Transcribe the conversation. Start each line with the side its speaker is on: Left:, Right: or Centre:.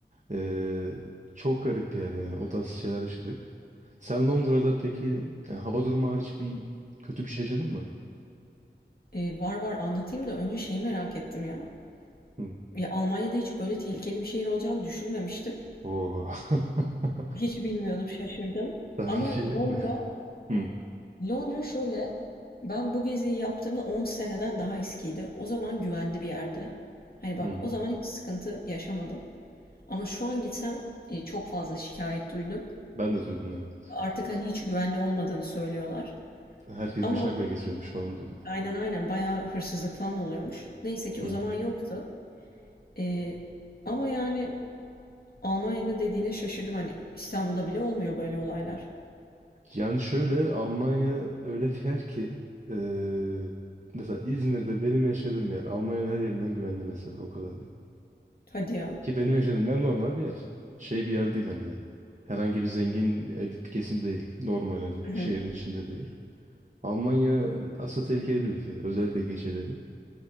Right: E, çok garip bir yer yani. O tarz şeyler yaşadık. Sen Londra'da peki yani hava durumu hariç bir kötü bir şey yaşadın mı?
Left: Ee, var var anlatayım da önce şeyi merak ettim ya.
Right: Hı.
Left: Ya Almanya'da hiç böyle tehlikeli bir şehir olacağını düşünmemiştim.
Right: Oo. <laughs>
Left: Hiç bilmiyordum, şaşırdım.
Right: Sana
Left: Ama
Right: bir şey
Left: Londra,
Right: diyeyim mi? Hı.
Left: Londra şöyle, ben bu geziyi yaptığımda 10 seneden daha eskiydi. O zaman güvenli bir yerde. Hani bak
Right: Hı hı.
Left: o zaman hiç sıkıntı yaşamadım. Ama şu an gitsem e, çok fazla şikayet duydum.
Right: Ben de duydum evet.
Left: Artık hani hiç güvenli olmadığını söylüyorlar.
Right: Herkes
Left: Ama
Right: bıçakla geziyormuş falan diyorlar.
Left: aynen aynen bayağı hırsızlık falan oluyormuş. Neyse ki
Right: Hı
Left: o
Right: hı.
Left: zaman yoktu. Eee, ama yani Almanya'da dediğine şaşırdım. Hani İstanbul'da bile olmuyor böyle olaylar.
Right: Yani şöyle Almanya öyle bir yer ki eee, mesela İzmir'de benim yaşadığım yer Almanya'nın her yerinden güvenli mesela o kadar diyeyim.
Left: Hadi ya.
Right: Ki benim yaşadığım yer normal bir yer. Şey bir yer değil hani herhangi bir zengin elit bir kesim değil. Normal hani
Left: Hı
Right: şehrin
Left: hı.
Right: içinde bir yer. Almanya aslında tehlikeli bir ülke. Özellikle geceleri.